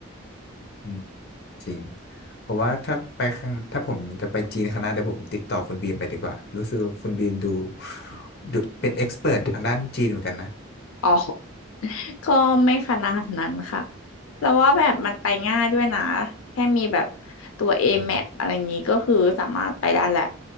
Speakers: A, on the left; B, on the left.
A: อืมจริงผมว่าถ้าไปครั้งถ้าผมจะไปจีนครั้งหน้าเดี๋ยวผมติดต่อคุณบีมไปดีกว่ารู้สึกว่าคุณบีมดูดูเป็นเอ็กซ์เพรททางด้านจีนเหมือนกันนะ
B: อ๋อ <laughs> ก็ไม่ขนาดนั้นค่ะแล้วว่าแบบมันไปง่ายด้วยนะแค่มีแบบตัว A-Map
A: อืม
B: อแมพอะไรอย่างนี้ก็คือสามารถไปได้แหละ